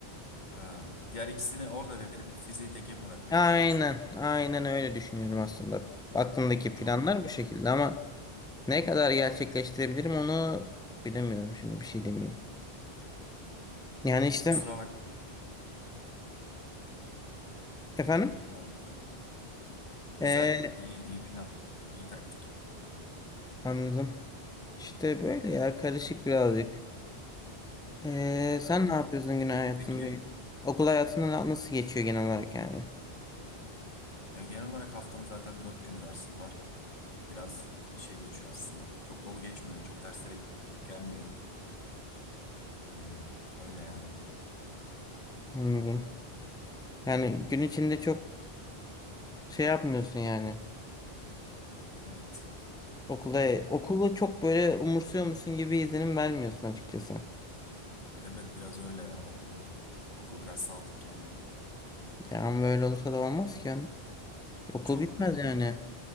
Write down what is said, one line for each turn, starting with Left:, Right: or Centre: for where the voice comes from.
Left: Ha, diğer ikisini orada verip fiziği teke bırakmayı
Centre: Aynen
Left: mı düşünüyorsun.
Centre: aynen öyle düşünüyorum aslında. Aklımdaki
Left: Çok
Centre: planlar
Left: mu?
Centre: bu şekilde ama ne kadar gerçekleştirebilirim onu bilemiyorum şimdi bir şey demeyeyim. Yani işte
Left: Kusura bak.
Centre: efendim
Left: Anladım. Güzel,
Centre: Ee,
Left: iyi, iyi plan bence. İyi taktik.
Centre: anladım. İşte böyle ya karışık birazcık. Ee,
Left: Güzel
Centre: sen
Left: ya.
Centre: ne yapıyorsun gün hayatında?
Left: Peki
Centre: Okul hayatında na- nasıl geçiyor genel olarak yani?
Left: ya genel olarak haftanın zaten dört günü dersin var. Biraz şey geçiyor aslında. Çok dolu geçmiyor. Çok derslere gidip, gidip gelmiyorum. Ee, öyle yani.
Centre: Anladım. Yani gün içinde çok şey yapmıyorsun yani.
Left: Evet.
Centre: Okula, okulu çok böyle umursuyor musun gibi izlenim vermiyorsun açıkçası.
Left: Evet biraz öyle ya okul. Okul biraz saldık yani.
Centre: Ya ama böyle olursa da olmaz ki. Yani. Okul
Left: Çok
Centre: bitmez
Left: not,
Centre: yani.